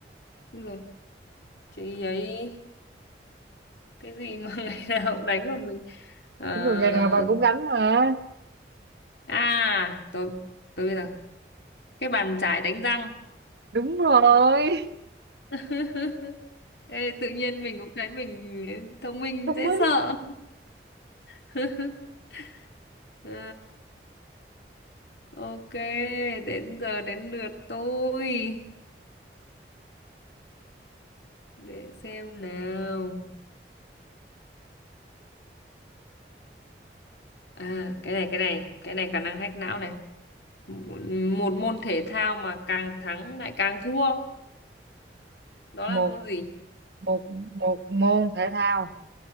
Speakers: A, on the left (about 70°); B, on the right (about 65°).
A: Đúng rồi chị ấy cái gì mà <laughs> ngày nào cũng đánh vào mình Ờ,
B: đúng rồi ngày nào bà cũng đánh mà
A: à tôi tôi bây giờ cái bàn chải đánh răng
B: đúng rồi
A: <laughs> Ê, tự nhiên mình cũng thấy mình thông minh
B: thông
A: dễ
B: minh
A: sợ <laughs> Ờ, Ok, đến giờ đến lượt tôi. Để xem nào. À, cái này, cái này, cái này khả năng hack não này. Một một môn thể thao mà càng thắng lại càng thua. Đó
B: một
A: là môn gì?
B: một một môn thể thao